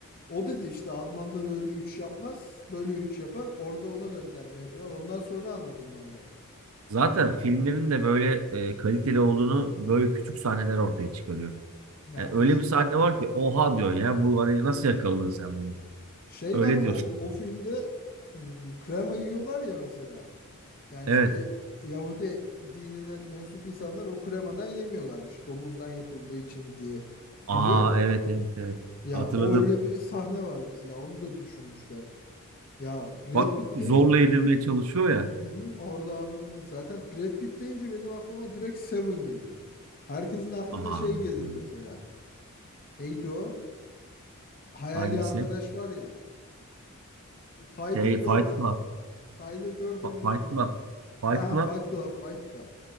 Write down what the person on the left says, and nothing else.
O dedi işte Almanlar öyle 3 yapmaz. Böyle 3 yapar. Orada ona gönderme yapıyor. Ondan sonra anladım ben de.
Yani
düşünülmüş.
Şey
var
o o
filmde m, krema yiyorlar ya mesela. Yani
işte e, Yahudi dinine mensup insanlar o kremadan yemiyorlarmış. Domuzdan yapıldığı için diye
biliyorum.
Ya
o öyle bir sahne var mesela. Onu da düşünmüşler. Ya Brad
Pitt
deyince
hı hı, orada anladım. Zaten Brad Pitt deyince benim aklıma direkt Seven geliyor. Herkesin aklına
şey gelir
mesela. Neydi o? Hayali
arkadaş var ya. Tyler
Durden.
Tyler Durden'ın
oldu.
Fa- ha,
Fight Club, Fight Club.